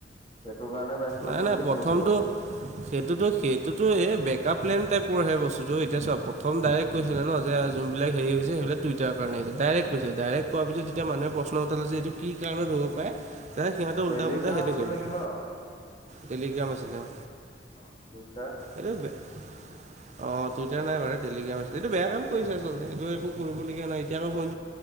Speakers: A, on the left; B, on the right.
A: সেইটো কাৰণে বেন কৰিছে
B: নাই নাই
A: বুলি
B: প্ৰথমটো,
A: শুনিছো বাৰু
B: সেইটোতো সেইটোতো এই বেকআপ প্লেন টাইপৰ হে বস্তুতটো এতিয়া চোৱা প্ৰথম ডাইৰেক্ট, কৰিছিলে ন যে যোনবাক হেৰি হৈছে সেইবিলাকটইটাৰ কাৰণে হৈছে ডাইৰেক্টৈছিল ডাইৰেক্ট কৰোৱাৰ পিছ যেতিয়া মানুহে প্ৰশ্ন উথালে যে এইটো, কি কাৰণত হ'ব পাৰে। তেতিয়া সিহঁতে
A: টেলিগ্ৰাম
B: উল্টা পুল্টাই সেইটো
A: আছিল
B: কৈ দিলে
A: নেকি ন?
B: টেলিগ্ৰাম আছিলে অহ,
A: অ
B: <unintelligible> অ টুইটাৰ নাই বাৰু টেলিগ্ৰাম আছে এইটো বেয়া কাম কৰিছে আচলতে এইটো একো কৰিব লগা নাই এতিয়া আকৌ ফোন,